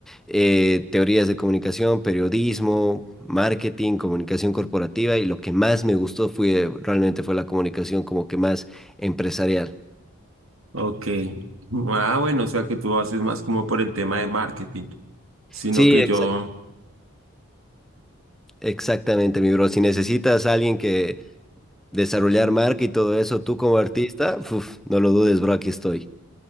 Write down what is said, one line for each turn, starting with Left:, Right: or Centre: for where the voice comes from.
Centre: eh, teorías de comunicación, periodismo, marketing, comunicación corporativa y lo que más me gustó fue realmente fue la comunicación como que más empresarial.
Right: Ok. <laughs> Ah, bueno, o sea que tú haces más como por el tema de marketing, sino
Centre: Sí,
Right: que yo,
Centre: exact- exactamente, mi bro. Si necesitas a alguien que desarrollar marca y todo eso, tú como artista, uf, no lo dudes, bro, aquí estoy.